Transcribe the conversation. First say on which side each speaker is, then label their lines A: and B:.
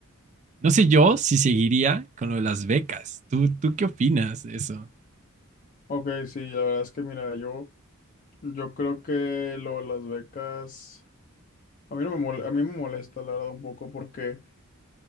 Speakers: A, on the right (about 35°); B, on the left (about 40°).
A: No sé yo si seguiría con lo de las becas. ¿Tú, tú qué opinas de eso?
B: Ok, sí, la verdad es que mira, yo, yo creo que lo de las becas, a mí no me mol- a mí me molesta la verdad un poco porque